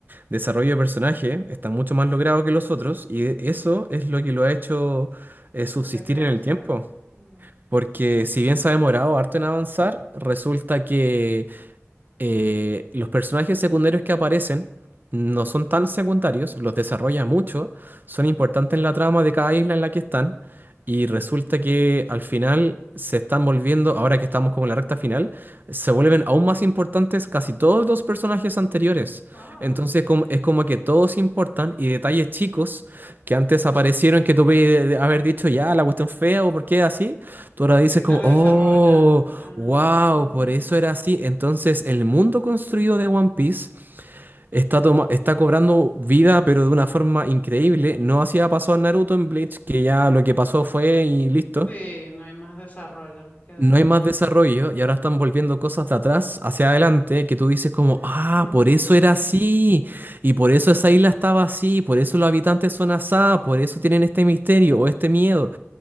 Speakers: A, on the right; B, on the left.
A: desarrollo de personaje, está mucho más logrado que los otros, y eso es lo que lo ha hecho eh, subsistir
B: Mantenerse.
A: en el tiempo.
B: Mm.
A: Porque si bien se ha demorado harto en avanzar, resulta que eh, los personajes secundarios que aparecen no son tan secundarios, los desarrolla mucho, son importantes en la trama de cada isla en la que están, y resulta que al final se están volviendo, ahora que estamos como en la recta final, se vuelven aún más importantes casi todos los personajes anteriores.
B: Wow.
A: Entonces como- es como que todos importan y detalles chicos que antes aparecieron que tú puedes haber dicho, ya, la cuestión fea o por qué así, tú ahora dices
B: Ahorita
A: como,
B: lo
A: oh.
B: desarrollan. Ah,
A: Wow, por eso era así. Entonces, el mundo construido de One Piece está, toma- está cobrando vida, pero de una forma increíble. No hacía pasó en Naruto, en Bleach, que ya lo que pasó fue y listo.
B: sí, no hay más desarrollo que dar.
A: No hay más desarrollo y ahora están volviendo cosas de atrás hacia adelante que tú dices como, ah,
B: Mm,
A: por eso era así, y por eso esa isla estaba así, por eso los habitantes son asá, por eso tienen este misterio o este miedo.